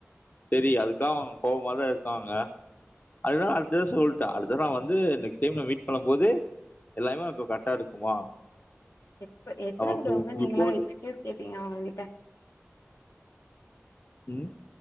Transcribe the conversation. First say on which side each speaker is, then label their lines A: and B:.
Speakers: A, on the left; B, on the left.
A: செரி அதுக்காக அவுங்க கோபமா தா இருக்காங்க அதுதா அடுத்ததே சொல்ட்டே அடுத்தலா வந்து நெக்ஸ்ட் டைம் நா மீட் பண்ணும் போது எல்லாமே கரெக்ட்டா இருக்குமா
B: எப்ப எத்தன
A: அவ-
B: தடவங்க நீங்களு
A: இப்போ வந்து-
B: எக்ஸ்கீயூஸ் கேப்பீங்க அவுங்ககிட்ட
A: ம்